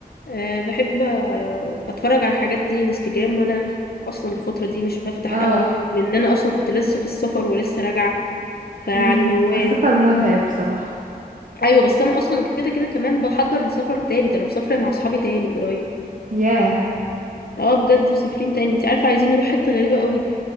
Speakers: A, on the left; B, on the right.
A: أه بحب آه، اتفرج على الحاجات دي انستجرام وانا اصلا الفتره دي مش بفتح
B: اه
A: قوي
B: اه
A: لان انا اصلا كنت لسه في السفر ولسه راجعه فيعني
B: أمم،
A: موال
B: السفر متعب بصراحة
A: ايوه بس انا اصلا كده كده كمان بحضر لسفر تاني ده انا مسافره مع اصحابي تاني قريب
B: ياه
A: اه بجد مسافرين تاني انت عارفه عايزين نروح حته غريبه قوي